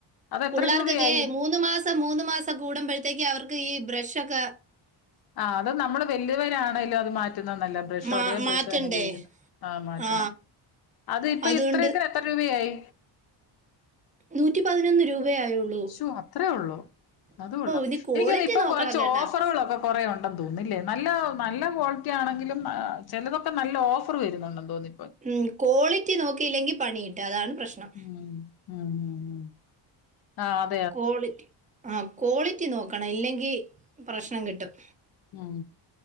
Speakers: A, on the left; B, on the right.
A: അത് എത്ര
B: പിള്ളേർക്കൊക്കെ
A: രൂപയായി
B: മൂന്ന് മാസം മൂന്ന് മാസം കൂടുമ്പോഴത്തേക്ക് അവർക്ക് ഈ ബ്രഷൊക്കെ
A: ആഹ് അത് നമ്മള് വലിയവരാ ആണേലും അത് മാറ്റുന്ന നല്ല ബ്രഷ്
B: മാ-
A: ഒരേ ബ്രഷ്
B: മാറ്റണ്ടേ
A: തന്നെ ഉപയോഗിക്കുന്ന അ മാറ്റണം
B: ആ
A: അത് ഇപ്പ
B: അതുകൊണ്ട്
A: ഇത്രത്തെ എത്ര രുപയായി
B: നൂറ്റി പതിനൊന്ന് രൂപയേ ആയുള്ളു.
A: ശൂ അത്രേ ഒള്ളോ അതുകൊള്ളാം
B: ഇനി ക്വാളിറ്റി
A: എനിക്ക് തോന്ന് ഇപ്പം
B: നോക്കണം
A: കുറച്ച്
B: കേട്ടാ
A: ഓഫറുകളൊക്കെ കുറേ ഒണ്ടെന്ന് തോന്ന് ഇല്ലേ നല്ല നല്ല ക്വാളിറ്റി ആണെങ്കിലും അ ചിലതൊക്കെ നല്ല ഓഫർ വരുന്നുണ്ടെന്ന് തോന്നു
B: ഉം ക്വാളിറ്റി നോക്കിയില്ലെങ്കിൽ പണി കിട്ടും അതാണ് പ്രശ്നം
A: ഉം ഉം ഉം ഉം ആഹ്
B: ക്വാളിറ്റി ആഹ് ക്വാളിറ്റി നോക്കണം ഇല്ലെങ്കിൽ പ്രശ്നം കിട്ടും
A: ഉം